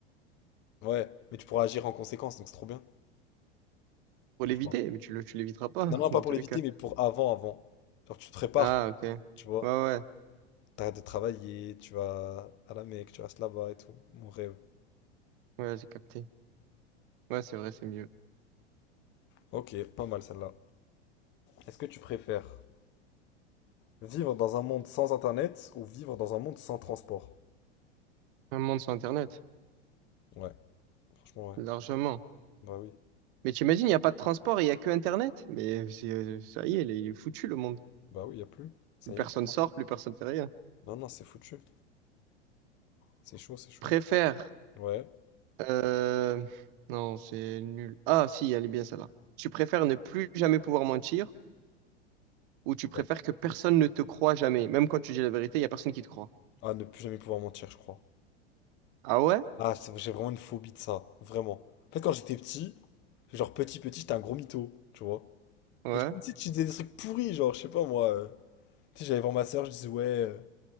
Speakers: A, on the left (about 35°); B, on the right (about 50°).
A: Ouais, mais tu pourras agir en conséquence, donc c'est trop bien.
B: Pour l'éviter,
A: Je vois.
B: mais tu le, tu l'éviteras pas,
A: Non, non,
B: <laughs>
A: pas
B: dans
A: pour
B: tous
A: l'éviter,
B: les cas.
A: mais pour avant, avant. Genre, tu te prépares,
B: Ah, ok. Ouais,
A: tu vois.
B: ouais,
A: T'arrêtes de travailler, tu vas à la Mecque, tu restes là-bas et tout. Mon rêve.
B: ouais, j'ai capté. Ouais, c'est vrai, c'est mieux.
A: Ok, pas mal celle-là. Est-ce que tu préfères vivre dans un monde sans internet ou vivre dans un monde sans transport?
B: Un monde sans Internet,
A: Ouais, franchement, ouais.
B: largement.
A: Bah oui.
B: Mais t'imagines, il n'y a pas de transport et il n'y a que Internet. Mais c'est- euh, ça y est, il est il est foutu le monde.
A: Bah oui, y a plus. Ça
B: Plus
A: y
B: personne
A: est. je crois.
B: sort, plus personne fait rien.
A: Non, non, c'est foutu. C'est chaud, c'est chaud.
B: Tu préfères...
A: Ouais.
B: euh, Non, c'est nul. Ah, si, elle est bien celle-là. Tu préfères ne plus jamais pouvoir mentir ou tu préfères
A: Ouais.
B: que personne ne te croit jamais. Même quand tu dis la vérité, il n'y a personne qui te croit.
A: Ah, ne plus jamais pouvoir mentir, je crois.
B: Ah ouais?
A: Ah, c'est- j'ai vraiment une phobie de ça. Vraiment. En fait, quand j'étais petit, genre petit, petit, j'étais un gros mytho, tu vois.
B: Ouais.
A: Et du coup, tu sais, tu disais des trucs pourris, genre, je sais pas moi. euh, tu sais, j'allais voir ma soeur, je disais, ouais, euh,